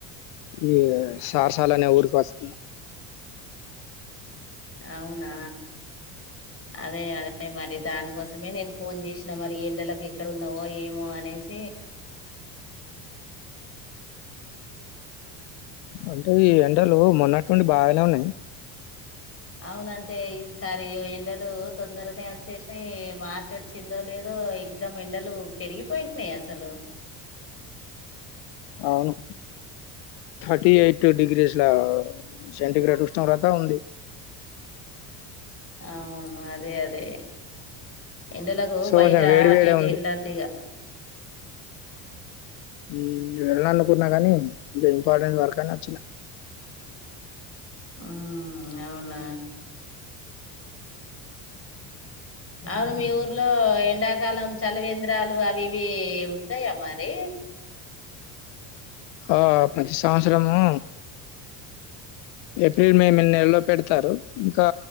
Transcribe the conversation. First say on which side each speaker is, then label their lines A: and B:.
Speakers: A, on the left; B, on the left.
A: ఈ సారసాలనే ఊరికి వస్తున్నా
B: అవునా అదే అదే మరి దానికోసమే నేను ఫోన్ చేసిన మరి ఎండకి ఎక్కడ ఉన్నావో ఏమో అనే స
A: అంటే ఈ ఎంటలు మొన్నటువండి బాగానే ఉన్నాయి
B: అవునంటే ఈసారి ఎండలు తొందరనే వచ్చేసి మార్చ వచ్చిందో లేదో ఎదం ఎండలు పెరిగిపోయినాయి అసలు
A: అవును థర్టీ ఎయిట్ డిగ్రీస్లా సెంటిగ్రేడ్ ఉష్ణ్రత ఉంది
B: అవును అదే అదే ఎండలకు
A: సో
B: బయట
A: కొంచెం వేడి
B: అటు
A: వేడే
B: ఇటు
A: ఉంది
B: యెళ్ళొదిగా
A: ఉమ్ యెళ్ళాల అనుకున్నా గానీ ఇంకా ఇంపార్టెంట్ వర్క్ అని వచ్చిన
B: <inaudible> ఉమ్ అవునా అవును మీ ఊర్లో ఎండాకాలం చలివేంద్రాలు అవి ఇవి ఉంటాయా మరి
A: ఆ ప్రతి సంవత్సరము ఏప్రిల్ మే మ నెలలో పెడతారు ఇంకా